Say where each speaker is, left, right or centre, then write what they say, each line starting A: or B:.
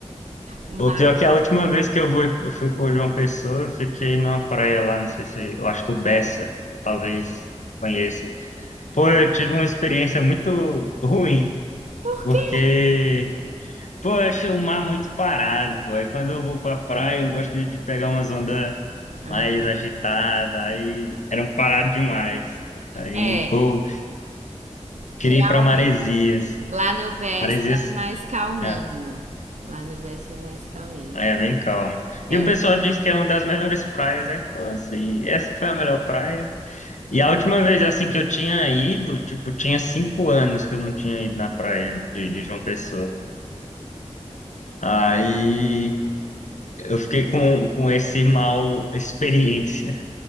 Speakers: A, on the right; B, on the left.
A: O mar
B: O pior
A: é...
B: é que a última vez que eu fui, fui por João Pessoa, eu fiquei numa praia lá, não sei se. Eu acho que o Bessa, talvez conheça. Pô, eu tive uma experiência muito ruim,
A: Por
B: porque
A: quê?
B: Pô, eu acho o mar muito parado, pô. Aí quando eu vou pra praia, eu gosto de, de pegar umas ondas
A: Ah,
B: mais agitadas, aí era um parado demais. Aí,
A: É,
B: pô,
A: realmente.
B: queria ir pra Maresias.
A: Lá no Best
B: Maresias,
A: é mais calminho.
B: é,
A: Lá no Best é mais calminho.
B: é bem calmo.
A: É.
B: E o pessoal diz que é uma das melhores praias, aí, pô, assim, essa foi a melhor praia. E a última vez, assim, que eu tinha ido, tipo, tinha cinco anos que eu não tinha ido na praia de, de João Pessoa. Aí eu fiquei com, com esse mal experiência.